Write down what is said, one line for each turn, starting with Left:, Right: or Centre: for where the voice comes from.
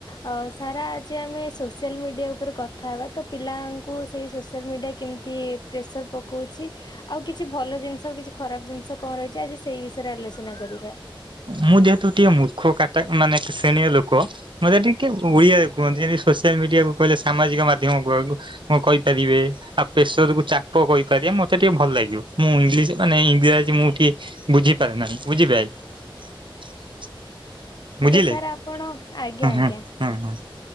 Left: ଅ, ସାର ଆଜି ଆମେ ସୋସିଆଲ୍ ମିଡ଼ିଆ ଉପରେ କଥା ହବା। ତ ପିଲାଙ୍କୁ ସେଇ ସୋସିଆଲ୍ ମିଡ଼ିଆ କେମିତି ପ୍ରେସର୍ ପକଉଛି। ଆଉ କିଛି ଭଲ ଜିନିଷ, ଆଉ କିଛି ଖରାପ ଜିନିଷ, କଣ ରହିଚି ଆଜି ସେଇ ବିଷୟରେ ଆଲୋଚନା କରିବା।
Right: ମୁଁ ଯେହେତୁ ଟିକେ ମୂର୍ଖ କାଟା ମାନେ ଶ୍ରେଣୀୟ ଲୋକ ମୋତେ ଟିକେ ଓଡିଆରେ କୁହନ୍ତି ଯେମିତି ସୋସିଆଲ ମିଡିଆକୁ କହିଲେ ସାମାଜିକ ମାଧ୍ୟମ କୁହନ୍ତୁ ହଁ କହିପାରିବେ ଆଉ ପେଶ ର କୁ ଚାପ କହିପାରିବେ ମତେ ଟିକେ ଭଲ ଲାଗିବ ମୁଁ ଇଂଲିଶ ମାନେ ଇଂରାଜୀ ମୁଁ ଟିକେ ବୁଝିପାରେ ନାହିଁ ବୁଝିପାଇଲେ? ବୁଝିଲେ
Left: ତ ସାର୍ ଆପଣ ଆଜ୍ଞା
Right: ହୁଁ
Left: ଆଜ୍ଞା।
Right: ହୁଁ ହୁଁ ହୁଁ